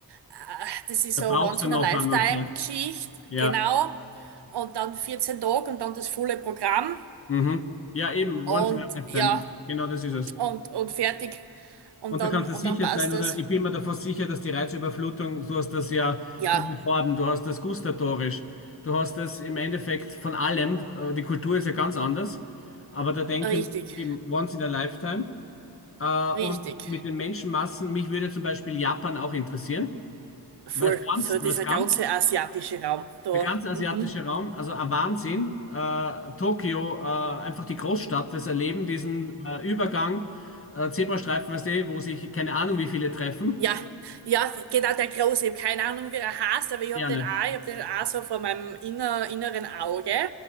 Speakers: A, on the right (about 85°); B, on the left (about 35°).
A: äh, das ist
B: Da
A: so
B: brauchst
A: eine Once-in-a-Lifetime-Geschichte,
B: du noch eine Zeit. Ja,
A: genau. Und dann 14 Tage und dann das volle Programm
B: mhm. Ja, eben,
A: und
B: once in a lifetime.
A: ja,
B: Genau das ist es.
A: und, und fertig. Und
B: Und
A: dann,
B: da kannst
A: und
B: du sicher
A: dann passt
B: sein, oder
A: das.
B: ich bin mir davor sicher, dass die Reizüberflutung, du hast das ja
A: Ja,
B: von den Farben, du hast das gustatorisch, du hast das im Endeffekt von allem, äh, die Kultur ist ja ganz anders, aber da denke
A: richtig,
B: ich eben once in a lifetime. Äh, und
A: richtig.
B: mit den Menschenmassen, mich würde zum Beispiel Japan auch interessieren,
A: Voll,
B: weil es ganz,
A: so dieser
B: weil es ganz,
A: ganze asiatische Raum da.
B: der ganze asiatische
A: Mhm.
B: Raum, also ein Wahnsinn, äh, Tokio, äh, einfach die Großstadt, das Erleben, diesen äh, Übergang, äh, Zebrastreifen, weißt du, wo sich keine Ahnung wie viele treffen.
A: Ja, ja, genau der Große. Ich habe keine Ahnung, wie er heißt, aber ich
B: Ja,
A: habe den
B: nicht.
A: auch, ich habe den auch so vor meinem inner, inneren Auge.